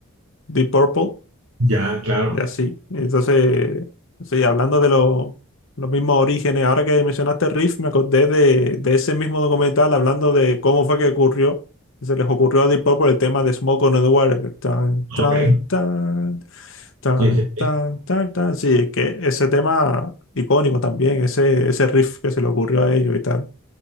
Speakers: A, on the left; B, on the right.
A: Deep Purple.
B: Ya, claro.
A: Y así. Entonces, sí, hablando de los los mismos orígenes, ahora que mencionaste Riff, me acordé de, de ese mismo documental hablando de cómo fue que ocurrió, que se les ocurrió a Deep Purple el tema de Smoke on the Water. Tan, tan,
B: Ok.
A: tan, tan,
B: Sí, sí, sí.
A: tan, tan, tan. Sí, es que ese tema icónico también, ese, ese riff que se le ocurrió a ellos y tal.